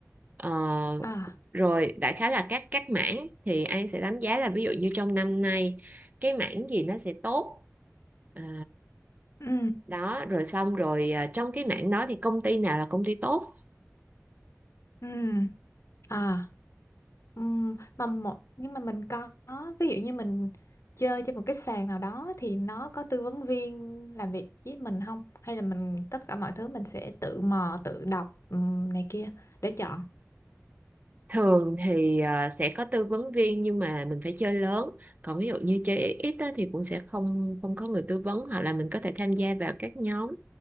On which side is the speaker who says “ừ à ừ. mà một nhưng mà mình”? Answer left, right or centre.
Left